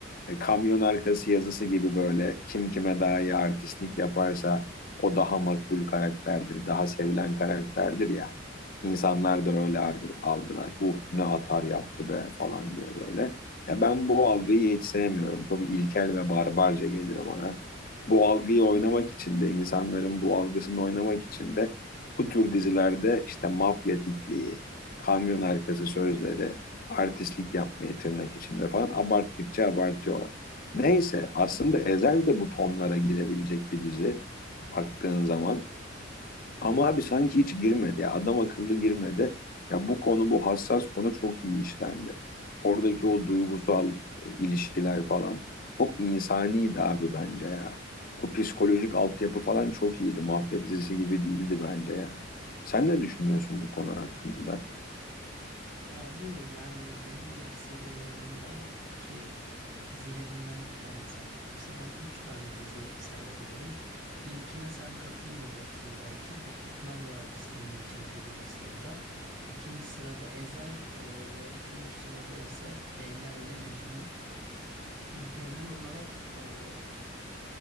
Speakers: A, on the left; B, on the right.
A: e, kamyon arkası yazısı gibi böyle kim kime daha iyi artistlik yaparsa o daha makbul karakterdir, daha sevilen karakterdir ya. İnsanlar da öyle argı- algılar. Uh ne atar yaptı be falan diye böyle. Ya ben bu algıyı hiç sevmiyorum. Çok ilkel ve barbarca geliyor bana. Bu algıyı oynamak için de insanların bu algısını oynamak için de bu tür dizilerde işte mafya dikliği, kamyon arkası sözleri, artistlik yapmayı tırnak içinde falan abarttıkça abartıyorlar. Neyse aslında Ezel de bu tonlara girebilecek bir dizi baktığın zaman. Ama abi sanki hiç girmedi ya adam akıllı girmedi. Ya bu konu bu hassas konu çok iyi işlendi. Oradaki o duygusal e, ilişkiler falan çok insaniydi abi bence ya. O psikolojik altyapı falan çok iyiydi. Mafya dizisi gibi değildi bence yani. Sen ne düşünüyorsun bu konu hakkında?
B: Abi yani benim de lise yıllarımdaki dizilerimden bir tanesi açıkçası. Ben üç tane dizi sayabilirim. İlkine sen katılmayacaksın belki <laughs> ama Kurtlar Vadisi benim için birinci sırada. İkinci sırada Ezel e, ve üçüncü sırada ise Leyla ile Mecnun. <clears throat> Genel olarak e,